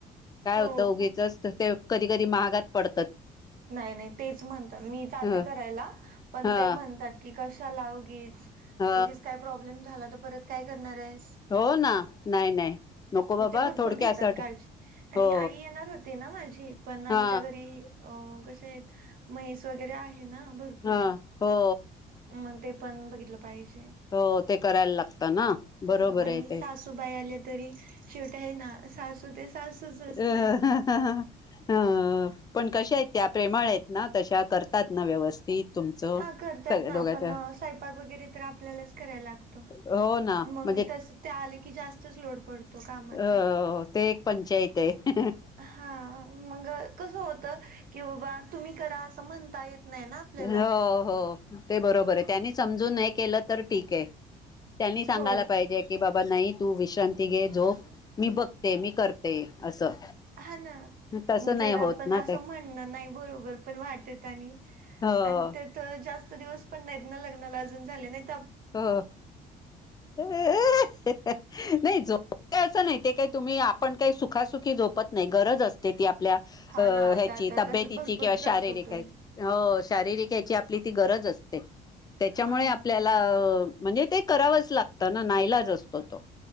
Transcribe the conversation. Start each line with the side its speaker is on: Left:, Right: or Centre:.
Left: काय
Right: हो
Left: होतं उगिचच त कधी कधी महागात पड
Right: नाही नाही तेच म्हणतात मी जाते
Left: ह
Right: करायला पण
Left: हा
Right: ते म्हणतात की कशाला उगीच
Left: ह
Right: उगीच काय प्रॉब्लेम झाला त परत काय करणार आहे.
Left: हो ना नाही नाही नको बाबा
Right: ते भरपूर
Left: थोडक्यासाठी
Right: घेतात काळजी आणि
Left: हो
Right: आई येणार होती ना माझी पण आमच्या
Left: हा
Right: घरी कसे आहेत. म्हैस वगैरे आहे ना भरपूर
Left: हा हो
Right: मग ते पण बघितलं पाहिजे.
Left: हो ते करायला लागतं ना
Right: ह
Left: बरोबर
Right: आणि
Left: आहे ते
Right: सासू बाई आल्या तरी शेवट्या हाय ना सासू ते सासूच असते
Left: अ ह ह ह ह हं पण कशा आहेत त्या प्रेमळ आहेत ना तशा करतात ना व्यवस्थित तुमचं
Right: हा करतात
Left: सगळ्या
Right: ना
Left: दोघांच
Right: पण स्वयपाक वगैरे तर आपल्यालाच कराय लागतो.
Left: हो ना
Right: <inaudible> मग
Left: म्हणजे
Right: तस ते आले की जास्तच लोड पडतो कामाचा.
Left: अ ते एक
Right: <inaudible>
Left: पंचायत आहे
Right: <inaudible> हा मग कस होत की बाबा तुम्ही करा असं म्हणता येत नाही ना आपल्याला,
Left: हो हो ते बरोबर आहे. त्यांनी समजून नाही केलं तर ठीक आहे. <inaudible> त्यांनी सांगायला
Right: हो
Left: पाहिजे की, बा बा नाही, तू विश्रांती घे, झोप मी बघते. मी करते असं.
Right: हा ना,
Left: तसं नाही
Right: जर आपण
Left: होत ना
Right: असं
Left: ते
Right: म्हणण नाही, बरोबर पण वाटत आणि
Left: हो
Right: आणि तिथं जा स्त दिवस पण नाही ना, लग्नाला अजून झाले नाहीत.
Left: हो <inaudible> नाही झोपते अस नाही. ते काय तुम्ही, आपण काही सुखासुखी झोपत नाही, गरज असते ती. आपल्या
Right: हा
Left: अ
Right: ना आता
Left: ह्याची,
Right: आता
Left: तब्येतीची
Right: तर भरपूर
Left: किंवा शारीरिक
Right: त्रास होतोय
Left: ह्याची हो. शारीरिक ह्याची आपली ती गरज असते. ते. त्याच्यामुळे
Right: हा
Left: आपल्याला अ म्हणजे ते करावंच लागतं ना, नाईलाच असतो तो.